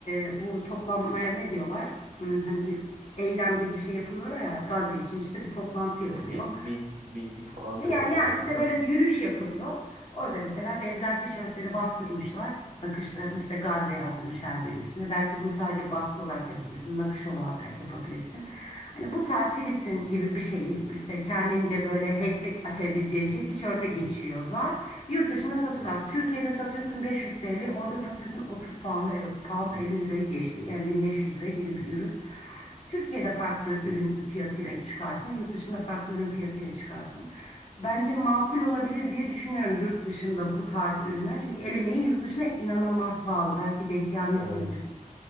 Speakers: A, on the left; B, on the right.
A: e, bu toplanmaya ne diyorlar? Hmm, Hani bir eylem gibi bir şey yapılıyor ya Gazze için işte bir toplantı yapılıyor.
B: E, meet- Meeting, meeting falan
A: E
B: diyorlar
A: Yani,
B: genelde
A: yani işte
B: de.
A: böyle yürüyüş yapılıyor. Orada mesela benzer tişörtleri bastırmışlar. Nakışlarını işte Gazze yazdırmış her biri üstüne. Belki bunu sadece baskı olarak yapabilirsin, nakış olarak yapabilirsin. Hani bu tarz Filistin gibi bir şeyi işte kendince böyle hashtag açabileceğin şeyi tişörte geçiriyorlar. Yurt dışında satıyorlar.
B: Evet.
A: Türkiye'de satıyorsun 500 TL, orada satıyorsun 30 pound'a, pound 50 lirayı geçti. Yani 1500 lira gibi bir ürün. Türkiye'de farklı ürün fiyatıyla çıkarsın, yurt dışında farklı ürün fiyatıyla çıkarsın. Bence makul olabilir diye düşünüyorum yurt dışında bu tarz ürünler. Çünkü el emeği yurt dışında inanılmaz pahalı. Belki denk gelmişsindir.
B: Evet.